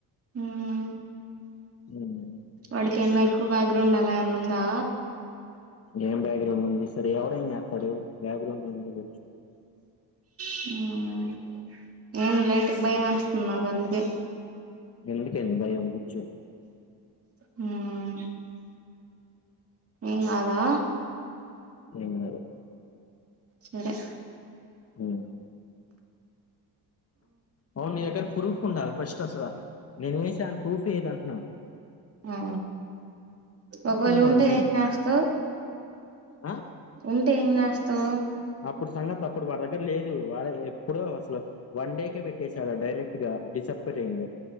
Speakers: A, on the right; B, on the left.
A: మ్మ్
B: ఉమ్,
A: వాడిక <unintelligible> కు బక్గ్రౌండ్ అల <unintelligible> న్ను ఉందా
B: ఏం బ్యాక్గ్రౌండ్ ఉంది సరే ఎవడైనా చేతాడు బ్యాక్గ్రౌండ్ ఏ
A: హ్మ్ ఏం లైట్కి భయమా మాకందుకే
B: ఎందుకే భయం బుచు
A: హ్మ్ ఎం కాదా
B: ఏం కాదు
A: సరే
B: హ్మ్ అవును నీదేగారా ప్రూఫ్ ఉందా ఫస్ట్ అసలా నేను ఏసా అని ప్రూఫ్ ఏది అంటునా
A: ఆ ఒకవేళ
B: వాడిని
A: ఉంటే ఏం చేస్తావు
B: ఆ
A: ఉంటే ఏం చేస్తావ్
B: అపుడు సంగతి అపుడు వాడి దెగర లేదు వాడు ఎప్పుడో అస లో వన్ డే క పెట్టేశాడు డైరెక్ట్ గా డిసప్పరింగ్